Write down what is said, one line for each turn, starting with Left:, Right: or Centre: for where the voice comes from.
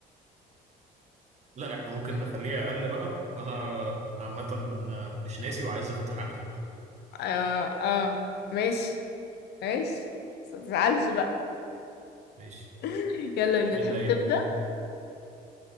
Right: لا احنا ممكن نخليها اقل بقى وانا عامه مش ناسي وعايز اخد حقي برضه
Left: اه اه ماشي ماشي بس متزعلش بقى
Right: ماشي
Left: <laughs> يلا بينا
Right: مين
Left: تحب
Right: اللي هيبدا
Left: تبدا